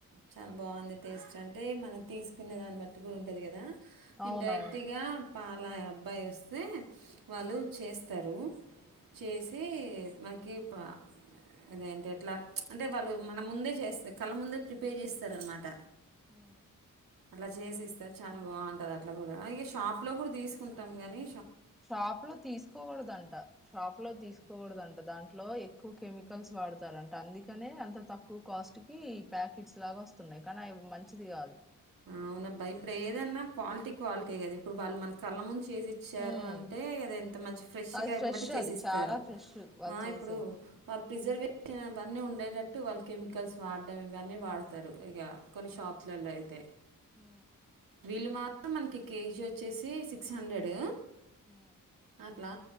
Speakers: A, on the right; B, in the centre.
A: చాలా బాగుంది టేస్ట్ అం అంటే మనం తీసుకునే దాన్ని బట్టి కూడా ఉంటది కదా నేన్‌
B: అవునవును
A: డైరెక్ట్‌గా పాల అబ్బాయి వస్తే వాళ్ళు చేస్తారు చేసి మకి పా అదేంటే ఎట్లా అంటే వాళ్ళు మన ముందే చేస్తారు కళ్ళ ముందే ప్రిపేర్ చేస్తారనమాట
B: ఉ
A: అట్లా చేసి ఇస్తారు చాలా బాగుంటది అట్లా కూడా ఇగ షాప్ లో కూడా తీసుకుంటాం కాని
B: షాప్ లో తీసుకోకూడదంట షాప్ లో తీసు కూడదంట దాంట్లో ఎక్కువ కెమికల్స్ వాడతారంట అందుకనే అంత తక్కువ కాస్ట్ కి ఈ ప్యాకెట్స్ లాగా వస్తున్నాయి కానీ అవి మంచిది కాదు
A: అవున అబ్బాయి ఇప్పుడు ఏదన్నా క్వాలిటీ క్వాలిటీ కదా ఇప్పుడు వాళ్ళు మన కళ్ళ మున్ చేసి ఇచ్చారు
B: ఉమ్
A: అంటే అది ఎంత మంచి ఫ్రెష్
B: అది
A: గా ఏంబటే చేసి
B: అది
A: ఇస్తారు
B: చాలా ఫ్రెష్ వాళ్ళు
A: ఆ
B: చేసేది
A: ఇప్పుడు ప్రిజర్వేటిన్ అవన్నీ ఉండేటట్టు వాళ్ళు కెమికల్స్ వాడడం ఇవన్నీ వాడతారు ఇగ కొన్ని షాప్స్లలో అయితే
B: ఉ
A: వీళ్ళు మాత్రం మనకి కేజీ వచ్చేసి సిక్స్ హండ్రెడ్
B: ఉ
A: అట్లా